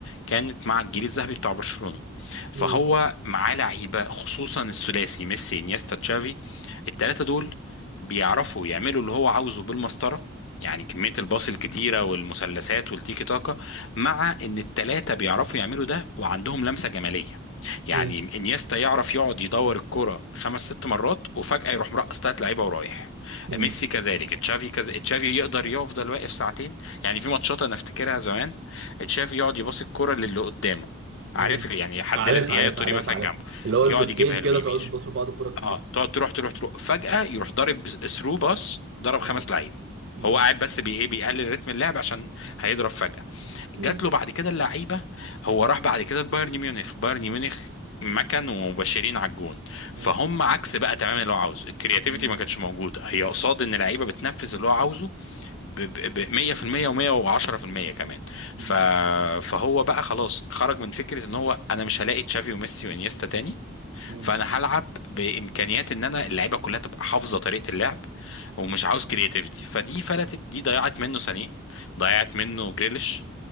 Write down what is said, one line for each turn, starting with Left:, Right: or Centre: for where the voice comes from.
Left: كانت مع الجيل الذهبي بتاع برشلونه فهو
Right: مم.
Left: معاه لعيبه خصوصا الثلاثي ميسي انيستا تشافي الثلاثه دول بيعرفوا يعملوا اللي هو عاوزه بالمسطره يعني كميه الباص الكتيره والمثلثات والتيكي تاكا مع ان الثلاثه بيعرفوا يعملوا ده وعندهم لمسه جماليه يعني
Right: مم.
Left: انيستا يعرف يقعد يدور الكرة خمس ست مرات وفجأة يروح مرقص تلات لعيبة ورايح
Right: مم.
Left: ميسي كذلك تشافي كذا تشافي يقدر يفضل واقف ساعتين يعني في ماتشات انا افتكرها زمان تشافي يقعد يباصي الكرة للي قدامه
Right: مم.
Left: عارف يعني حد
Right: عارف
Left: لازق
Right: عارف
Left: يا الطري
Right: عارف
Left: مثلا
Right: عارف
Left: جنبه
Right: اللي هو
Left: يقعد
Right: انتوا اتنين
Left: يجيبها له
Right: كده
Left: يمين
Right: تقعدوا
Left: ش...
Right: تبصوا لبعض الكوره كتير
Left: اه تقعد تروح تروح تروح فجأة يروح ضارب ثرو باص ضرب
Right: مم.
Left: خمس لعيبة
Right: مم.
Left: هو قاعد بس بي ايه بيقلل رتم اللعب عشان هيضرب فجأة جات
Right: مم.
Left: له بعد كده اللعيبه هو راح بعد كده بايرن ميونخ بايرن ميونخ مكن ومبشرين على الجون فهم
Right: مم.
Left: عكس بقى تماما اللي هو عاوزه الكرياتيفيتي
Right: مم.
Left: ما كانتش موجوده هي قصاد ان اللعيبه بتنفذ اللي هو عاوزه ب ب- ب- 100% و110% كمان
Right: مم.
Left: ف فهو بقى خلاص خرج من فكره ان هو انا مش هلاقي تشافي وميسي وانيستا تاني
Right: مم.
Left: فانا هلعب بامكانيات ان انا اللعيبه كلها تبقى حافظه طريقه اللعب ومش عاوز كرياتيفيتي فدي فلتت دي ضيعت منه سانيه ضيعت منه جريليش